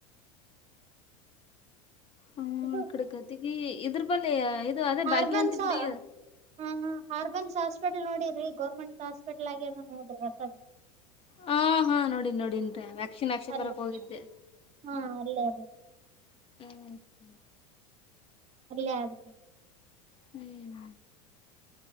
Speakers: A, on the left; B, on the right.
A: ಹ್ಮ
B: ಇದು
A: ಇ ಕಡೆ ಗತಿಗಿ ಇದ್ರ ಬಳಿ ಇದು ಅದೇ
B: ಹಾರ್ಬನ್ಸ
A: ಭಾಗ್ಯವಂತಿ ಗುಡಿ
B: ಹಾ ಹಾರ್ಬನ್ ಹಾಸ್ಪಿಟಲ್ ನೋಡಿ್ರರಿ ಗೌರ್ಮೆಂಟ್ ಹಾಸ್ಪಿಟ್ಲ್ ಆಗ್ಯ ನೋಡ್ರಿ ಹೊಸದ
A: ಹಾ ಹಾ ನೋಡನ್ ನೋಡಿಂರಿ ವ್ಯಾಕ್ಸಿನ್ ಹಾಕ್ಸ್ಕೊಂಡು
B: ಅಲ್ಲಿ
A: ಬರೋಕ್ಕೆ ಹೋಗಿದ್ದೆ
B: ಹಾ ಅಲ್ಲೇ ರಿ
A: ಹ್ಮ್ ಹ್ಮ
B: ಅಲ್ಲೇ ಆೆ
A: ಹ್ಮ್